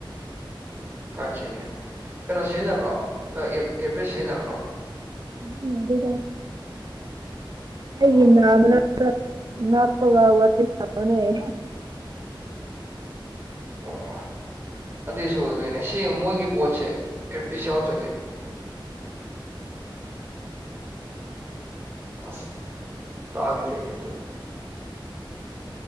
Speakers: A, on the right; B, on the right.
A: ꯐꯥꯏꯚ ꯖꯤꯅꯦ ꯀꯩꯅꯣ ꯁꯤꯖꯤꯟꯅꯕ꯭ꯔꯣ ꯑꯦꯔꯄꯤꯁ ꯁꯤꯖꯤꯟꯅꯕ꯭ꯔꯣ
B: ꯁꯤꯖꯤꯟꯅꯗ‌ꯦꯗ ꯑꯩ
A: ꯑꯣ
B: ꯅꯥꯃꯅ ꯅꯞꯄꯒ ꯋꯥꯔꯤꯁꯥꯕꯅ‌ꯦ
A: ꯑꯣ ꯑꯗꯨꯏꯁꯨ ꯑꯣꯏꯕꯩꯅꯦ ꯁꯤ ꯃꯣꯏꯒꯤ ꯄꯣꯠꯁꯦ ꯑꯦꯔꯄꯤꯁ ꯌꯥꯎꯗ꯭ꯔꯗꯤ ꯑꯁ ꯇꯥꯒꯤꯗ꯭ꯔꯦ ꯀꯩꯝꯇ